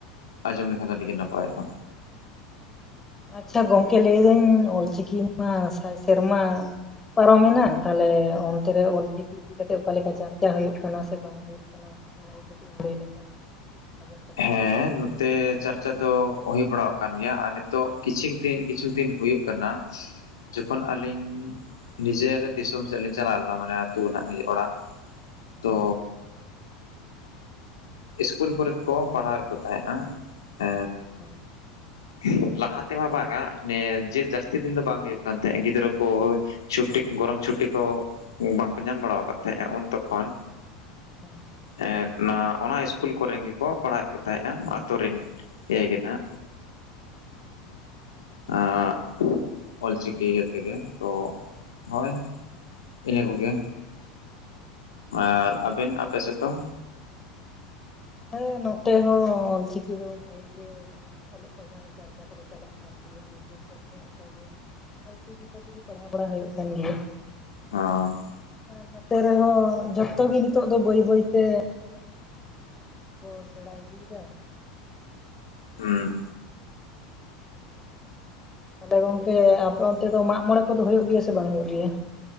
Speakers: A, on the left; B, on the left.
A: ᱟᱡᱚᱢ ᱞᱮᱠᱷᱟᱱ ᱫᱚ ᱟᱹᱰᱤ ᱜᱮ ᱱᱟᱯᱟᱭᱚᱜ-ᱟ
B: ᱟᱪᱪᱷᱟ ᱜᱚᱝᱠᱮ ᱞᱟᱹᱭ ᱫᱟᱹᱧ ᱚᱞᱪᱤᱠᱤ ᱢᱟ ᱥᱟᱭ ᱥᱮᱨᱢᱟ ᱯᱟᱨᱚᱢᱮᱱᱟ ᱛᱟᱦᱞᱮ ᱚᱱᱛᱮᱨᱮ ᱚᱞ ᱪᱤᱠᱤ ᱤᱫᱤ ᱠᱟᱛᱮᱫ ᱚᱠᱟ ᱞᱮᱠᱟ ᱪᱟᱨᱪᱟ ᱦᱳᱭᱳᱜ ᱠᱟᱱᱟ ᱥᱮ ᱵᱟᱝ ᱦᱳᱭᱳᱜ ᱠᱟᱱᱟ ᱚᱱᱟᱱᱟᱜᱮ ᱞᱟᱹᱭ ᱞᱮᱠᱷᱟᱱ ᱟᱸᱡᱚᱢ ᱠᱟᱛᱮ
A: ᱦᱮᱸ ᱛᱮ ᱪᱟᱨᱪᱟ ᱫᱚ ᱦᱳᱭ ᱵᱟᱲᱟ ᱟᱠᱟᱱ ᱜᱮᱭᱟ ᱟᱨ ᱱᱤᱛᱚᱜ ᱠᱤᱪᱷᱤᱠ ᱫᱤᱱ ᱠᱤᱪᱷᱩ ᱫᱤᱱ ᱦᱩᱭᱩᱜ ᱠᱟᱱᱟ ᱡᱚᱠᱷᱚᱱ
B: ᱦᱮᱸ
A: ᱟᱞᱤᱧ ᱵᱤᱡᱚᱭᱟᱨᱮ ᱫᱤᱥᱚᱢ ᱥᱮᱫ ᱞᱤᱧ ᱪᱟᱞᱟᱣ ᱞᱮᱱᱟ ᱢᱟᱱᱮ ᱟᱛᱩ ᱱᱟᱦᱟᱜ ᱱᱤᱡᱮᱨ ᱚᱲᱟᱜ ᱛᱚ
B: ᱦᱮᱸ
A: ᱤᱥᱠᱩᱞ ᱠᱚᱨᱮᱫ ᱠᱚ ᱯᱟᱲᱦᱟᱣᱮᱫ ᱠᱚ ᱛᱟᱦᱮᱫ-ᱟ ᱮ
B: ᱦᱮᱸ
A: <unintelligible> ᱞᱟᱦᱟ ᱛᱮᱢᱟ ᱵᱟᱝ-ᱟ ᱱᱮ ᱡᱮ ᱡᱟᱹᱥᱛᱤ ᱫᱤᱱ ᱫᱚ ᱵᱟᱝ ᱦᱩᱭᱩᱜ ᱠᱟᱱ ᱛᱟᱦᱮᱸᱫ ᱜᱤᱫᱽᱨᱟᱹ ᱠᱚ ᱪᱷᱩᱴᱤ ᱜᱚᱨᱚᱢ ᱪᱷᱩᱴᱤ ᱠᱚ ᱵᱟᱝᱠᱚ ᱧᱟᱢ ᱵᱟᱲᱟ ᱠᱟᱜ ᱛᱟᱦᱮᱸᱼᱟ, ᱩᱱ ᱛᱚᱠᱷᱚᱱ
B: ᱦᱮᱸ
A: <unintelligible> ᱚᱱᱟ ᱤᱥᱠᱩᱞ ᱠᱚᱨᱮᱱ ᱜᱮᱠᱚ ᱯᱟᱲᱦᱟᱣᱮᱫ ᱠᱚ ᱛᱟᱦᱮᱸᱫ-ᱟ ᱟᱛᱩ ᱨᱮᱱ ᱤᱭᱟᱹ ᱜᱮ ᱱᱟᱜ ᱟᱜ ᱚᱞᱪᱤᱠᱤ ᱤᱭᱟᱹ ᱛᱮᱜᱮ ᱛᱚ ᱦᱳᱭ ᱤᱱᱟᱹ ᱠᱚᱜᱮ ᱟᱨ ᱟᱵᱮᱱ ᱟᱯᱮ ᱥᱮᱫ ᱫᱚ
B: ᱦᱮᱸ ᱱᱚᱛᱮ ᱦᱚᱸ ᱚᱞᱪᱤᱠᱤ ᱫᱚ ᱵᱷᱟᱜᱤ ᱜᱮ ᱚᱞᱚᱜ ᱯᱟᱲᱦᱟᱜ ᱪᱟᱨᱪᱟ ᱠᱚᱫᱚ ᱪᱟᱞᱟᱜ ᱠᱟᱱ ᱜᱮᱭᱟ᱾ ᱱᱤᱡᱮ ᱥᱟᱯᱟᱵ ᱚᱱᱠᱟᱜᱮ ᱚᱞ ᱪᱤᱠᱤ ᱠᱚ ᱛᱮᱜᱮ ᱯᱟᱲᱦᱟᱣ ᱵᱟᱲᱟ ᱦᱩᱭᱩᱜ ᱠᱟᱱ ᱜᱮᱭᱟ᱾
A: ᱦᱚᱸ
B: ᱟᱨ ᱱᱚᱛᱮ ᱨᱮᱦᱚ ᱡᱷᱚᱛᱚ ᱜᱮ ᱱᱤᱛᱚᱜ ᱫᱚ ᱵᱟᱹᱭ ᱵᱟᱹᱭ ᱛᱮ ᱚ ᱥᱮᱲᱟ ᱤᱫᱤᱭ ᱫᱟ᱾
A: ᱦᱩᱸ
B: ᱛᱟᱦᱚᱞᱮ ᱜᱚᱝᱠᱮ ᱟᱯᱮ ᱚᱱᱛᱮ ᱫᱚ ᱢᱟᱜᱽ ᱢᱚᱬᱮ ᱠᱚᱫᱚ ᱦᱩᱭᱩᱜ ᱜᱮᱭᱟ ᱥᱮ ᱵᱟᱝ ᱦᱩᱭᱩᱜ ᱜᱮᱭᱟ?